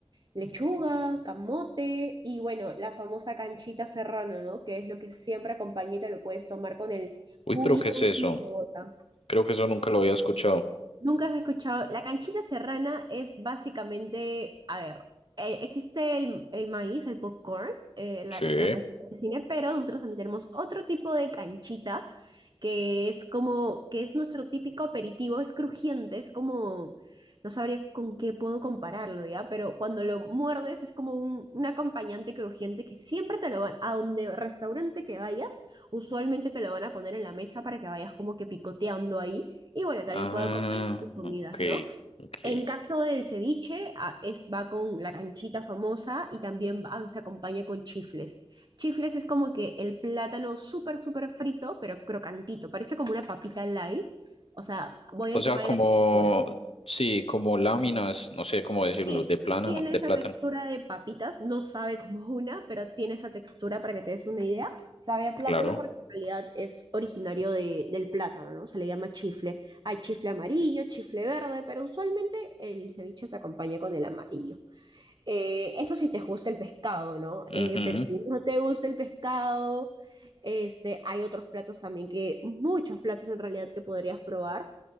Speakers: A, on the right; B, on the left.
A: lechuga, camote y bueno, la famosa canchita serrana, ¿no? Que es lo que siempre acompaña y te lo puedes tomar con el juguito
B: Uy, pero ¿qué es
A: mismo
B: eso?
A: que bota.
B: Creo que eso nunca lo había escuchado.
A: Nunca has escuchado. La canchita serrana es básicamente, a ver, eh, existe el, el maíz, el popcorn, eh, la,
B: Sí.
A: la canchita de cine, pero nosotros también tenemos otro tipo de canchita que es como, que es nuestro típico aperitivo, es crujiente, es como, no sabría con qué puedo compararlo, ¿ya? Pero cuando lo muerdes es como un, un acompañante crujiente que siempre te lo van, a donde restaurante que vayas, usualmente te lo van a poner en la mesa para que vayas como que picoteando ahí. Y bueno, también
B: Ah,
A: puede acompañar tus comidas,
B: ok,
A: ¿no?
B: ok.
A: En caso del ceviche, a- es, va con la canchita famosa y también va- se acompaña con chifles. Chifles es como que el plátano súper, súper frito, pero crocantito. Parece como una papita light. O sea, voy
B: O
A: al
B: sea,
A: tema
B: como,
A: de la textura.
B: sí, como láminas, no sé cómo decirlo,
A: Sí,
B: de plano,
A: tiene
B: de
A: esa
B: plátano,
A: textura de papitas, no sabe como una, pero tiene esa textura para que te des una idea. Sabe a plátano
B: claro.
A: porque en realidad es originario de, del plátano, ¿no? Se le llama chifle. Hay chifle amarillo, chifle verde, pero usualmente el ceviche se acompaña con el amarillo. Eh, eso sí te gusta el pescado, ¿no? Eh,
B: Ujú,
A: pero si no te gusta el pescado, este, hay otros platos también que, muchos platos en realidad que podrías probar.